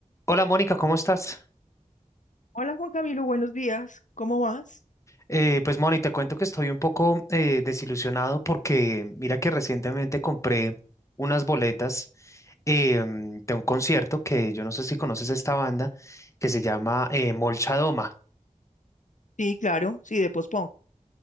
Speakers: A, on the left; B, on the left.
A: Hola Mónica, ¿cómo estás?
B: Hola Juan Camilo, buenos días. ¿Cómo vas?
A: Eh, pues Mónica, te cuento que estoy un poco eh, desilusionado porque mira que recientemente compré unas boletas em, de un concierto que yo no sé si conoces esta banda que se llama eh, Molchadoma.
B: Sí, claro, sí, de pospongo.